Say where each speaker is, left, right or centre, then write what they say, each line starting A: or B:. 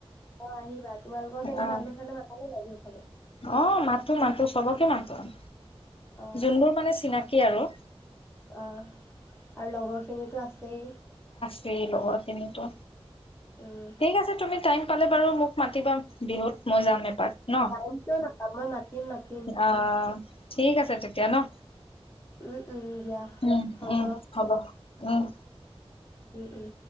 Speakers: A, on the left; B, on the left.
A: অ' আহিবা তোমালোকৰ পিনে
B: অ',
A: মানুহ চানুহ, মানুহ মাতিব লাগে।
B: অ মাতো-মাতো চবকে মাতো। তন
A: অ
B: <unintelligible> যোনবোৰ মানে চিনাকী আৰু।
A: অ আৰু লগৰখিনিতো আছেই,
B: এই লগৰ খিনিয়েতো।
A: উম
B: ঠিক আছে তুমি টাইম পালে বাৰু মোক মাতিবা বিহুত। মই যাম এপাত ন,
A: টাইম কিয় নাপাম মই মাতিম মাতিম
B: অহ। ঠিক আছে তেতিয়া ন?
A: উম, উম দিয়া
B: উম-উম,
A: হ'ব
B: হ'ব। উম,
A: উম-উম